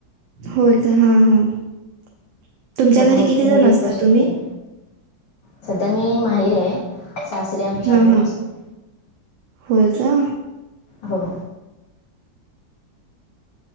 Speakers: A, on the right (about 85°); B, on the left (about 75°).
A: होय का, हा, हा तुमच्या
B: थोडं
A: घरी
B: मोठं
A: किती
B: मूल
A: जण
B: एक
A: असता?
B: वर्ष झालं
A: तुम्ही,
B: सध्या मी माहेरी आहे. सासरी आम्ही चार
A: हां
B: जण
A: हां.
B: असतो
A: होय का?
B: हो.